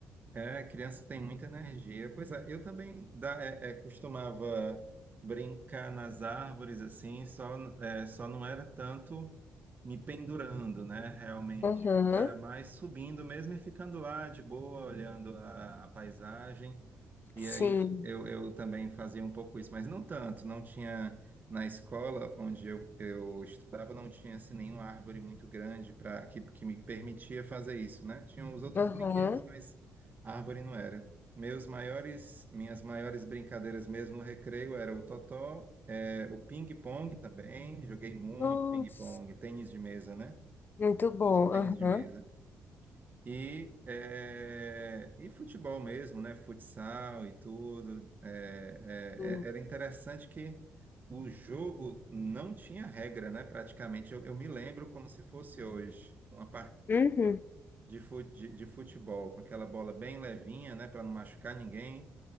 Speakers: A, on the right; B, on the left.
A: É, criança tem muita energia. Pois é, eu também da, é, é, costumava brincar nas árvores assim, só, é, só não era tanto me pendurando, né, realmente.
B: Aham.
A: Era mais subindo mesmo e ficando lá de boa, olhando a, a paisagem. E
B: Sim.
A: aí eu, eu também fazia um pouco isso, mas não tanto, não tinha na escola onde eu, eu estudava, não tinha assim nenhuma árvore muito grande para que, que me permitia fazer isso, né? Tinham os outros
B: Aham.
A: brinquedos, mas a árvore não era. Meus maiores, minhas maiores brincadeiras mesmo no recreio era o totó, é, o ping-pong também, joguei muito
B: Nossa.
A: ping-pong, tênis de mesa, né?
B: Muito
A: O
B: bom.
A: famoso tênis
B: Aham.
A: de mesa. E, é, e futebol mesmo, né? Futsal e tudo. É,
B: Sim.
A: é, é- era interessante que o jogo não tinha regra, né? Praticamente, eu, eu me lembro como se fosse hoje. Uma
B: Uhum.
A: de, fu- de, de futebol, com aquela bola bem levinha, né, para não machucar ninguém.